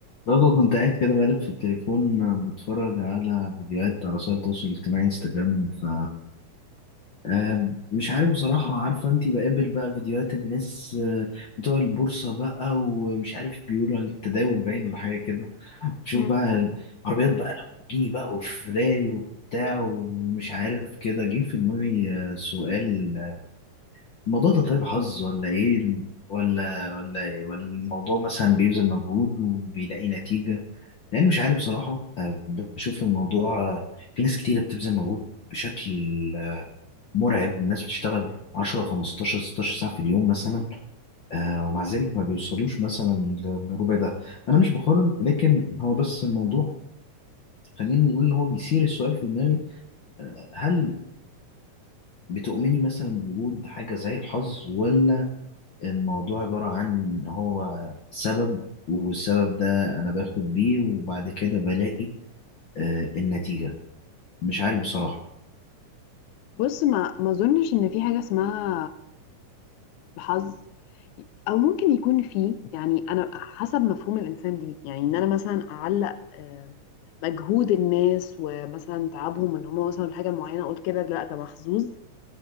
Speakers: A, on the left; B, on the left.
A: برضه كنت قاعد كده بقلب في التليفون بتفرج على فيديوهات على وسائل التواصل الاجتماعي انستجرام ف آه، مش عارف بصراحة عارفة انتي بقابل بقى فيديوهات الناس آه، بتوع البورصة بقى ومش عارف بيقولوا على التداول باين ولا حاجة كده بشوف
B: مم.
A: بقى العربيات بقى لامبورجيني بقى وفراري وبتاع ومش عارف كده جه في دماغي آه، سؤال الموضوع ده طيب حظ ولا ايه ولا ولا إيه؟ ولا الموضوع مثلا بيبذل مجهود وبيلاقي نتيجة لان مش عارف بصراحة آه، بشوف الموضوع آه، في ناس كتيرة بتبذل مجهود بشكل آه، مرعب الناس بتشتغل 10 15 16 ساعة في اليوم مثلا آه، ومع ذلك ما بيوصلوش مثلا ل- لربع ده انا مش بقارن ولكن هو بس الموضوع خليني نقول ان هو بيثير السؤال في دماغي آه، هل بتؤمني مثلا بوجود حاجة زي الحظ ولا الموضوع عبارة عن إن هو سبب والسبب ده أنا باخد بيه وبعد كده بلاقي آه النتيجة مش عارف بصراحة
B: بص ما ما اظنش ان في حاجه اسمها حظ او ممكن يكون في يعني انا حسب مفهوم الانسان ليه يعني ان انا مثلا اعلق آه، مجهود الناس ومثلا تعبهم ان هم وصلوا لحاجه معينه اقول كده لا ده محظوظ